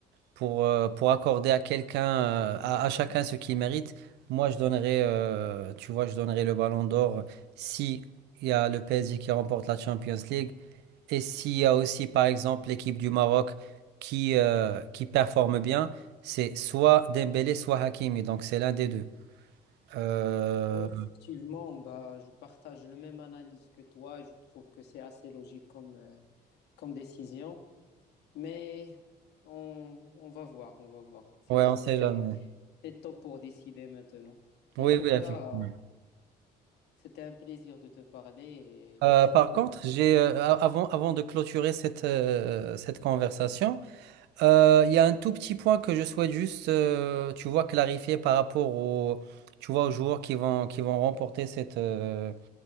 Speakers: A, on the right; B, on the left.
A: pour euh, pour accorder à quelqu'un, euh, à, à chacun ce qu'il mérite, moi je donnerais, euh, tu vois, je donnerais le Ballon d'Or si il y a le PSG qui remporte la Champions League et s'il y a aussi, par exemple, l'équipe du Maroc qui euh, qui performe bien, c'est soit Dembélé, soit Hakimi, donc c'est l'un des deux. Euh,
B: Ouais, effectivement, bah, je partage le même analyse que toi. Je trouve que c'est assez logique comme, euh, comme décision. Mais on, on va voir, on va voir. C'est,
A: Ouais,
B: au- c'est,
A: on sait jamais.
B: c'est tôt pour décider maintenant. En
A: Oui,
B: tout
A: oui,
B: cas,
A: effectivement.
B: euh, c'était un plaisir de te parler et merci
A: Euh, par
B: pour...
A: contre, j'ai euh, a- avant, avant de clôturer cette, euh, cette conversation, euh, il y a un tout petit point que je souhaite juste, euh, tu vois, clarifier par rapport aux, tu vois, aux joueurs qui vont, qui vont remporter cette, euh,